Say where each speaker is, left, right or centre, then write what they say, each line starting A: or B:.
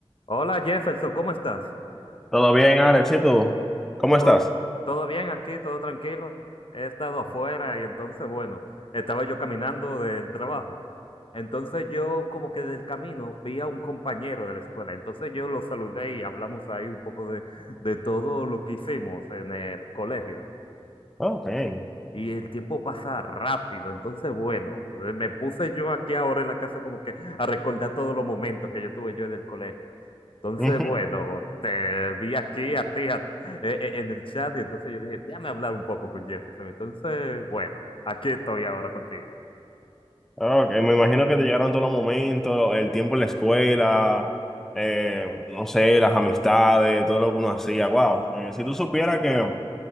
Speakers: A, on the left; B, in the centre.
A: Hola Jefferson, ¿cómo estás?
B: ¿Todo bien, Alex? ¿Y tú? ¿Cómo
A: ¿Todo,
B: estás?
A: todo bien aquí? ¿Todo tranquilo? He estado afuera y entonces, bueno, estaba yo caminando del trabajo. Entonces yo como que del camino vi a un compañero de la escuela. Entonces yo lo saludé y hablamos ahí un poco de, de todo lo que hicimos en el colegio.
B: Oh, bien.
A: Y el tiempo pasa rápido, entonces bueno, eh, me puse yo aquí ahora en la casa como que a recordar todos los momentos que yo tuve yo en el colegio. Entonces
B: Ujú.
A: bueno, te vi aquí a ti a- eh, eh, en el chat y entonces yo dije, déjame hablar un poco con Jefferson. Entonces bueno, aquí estoy ahora contigo.
B: Ah, Ok, me imagino que te llegaron todos los momentos, el tiempo en la escuela, eh, no sé, las amistades, todo lo que uno hacía. Wow. Eh, si tú supieras que